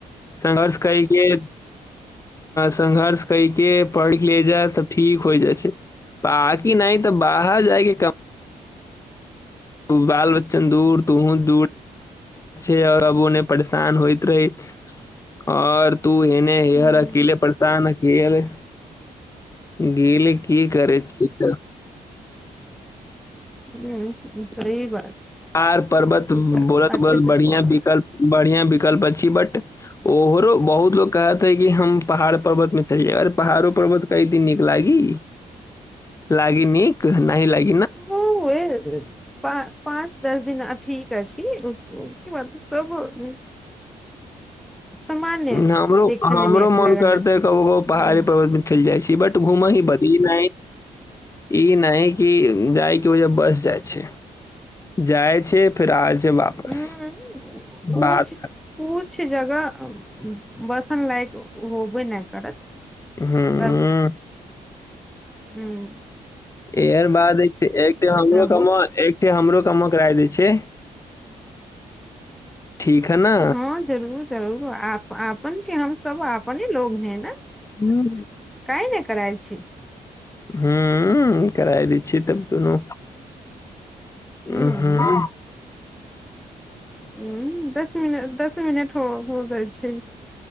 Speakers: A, on the left; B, in the centre.
A: संघर्ष करे के संघर्ष कैके पढ़ि ले जाइ त ठीक हो जाइ छै तकी नहि तऽ बाहर जाएके क तू बाल बच्चन दूर तूहो दूर जे अब उन्ने परेशान होइत रहे और तू एने हेहर
B: हूँ
A: अकेले परसान अकेल गील की करै छी <inaudible>
B: हूँ सही बात
A: आर पर्बत
B: सही
A: <unintelligible>
B: बात अच्छे से
A: बढिया
B: पढ़
A: विकल्प बढ़िया विकल्प अछि बट ओहरो बहुत लोग कहत है कि हम पहाड़ पर्वत मे छै अरे पहाड़ो पर्वत कै दिन नीक लागी
B: <inaudible>
A: लाग नीक नहि लाग
B: <inaudible> प पाँच दस दिना ठीक आछि उस उके बाद सब <unintelligible> सामान्य
A: हमरो
B: देखने
A: हमरो
B: मे लगल
A: मन करतेै
B: अछि
A: ककरो पहाड़ी
B: हूँ
A: पर्वत चलि जाइ छी बट घूम ही बदली नइ ई नहि कि जाइ के वजह बस जाइ छै जाइ छै फिर आ जाय वापस
B: उं कुछ
A: बाद
B: कुछ जगह बसन लायक होबे नऽ करत
A: खतम हूँ
B: सब हूँ
A: एहेन बाद होइ हमरो कममा
B: होत
A: एकठे हमरो कममा कराय दै छै ठीक है न
B: हँ जरूर जरूर आपन के हम सब आपने लोग है न
A: हूँ
B: कइ नहि करा छी
A: हूँ कराय देय छी तब दूनू
B: हूं
A: उ हूँ
B: हूँ दस मिनट दस मिनट हो हो गेल छै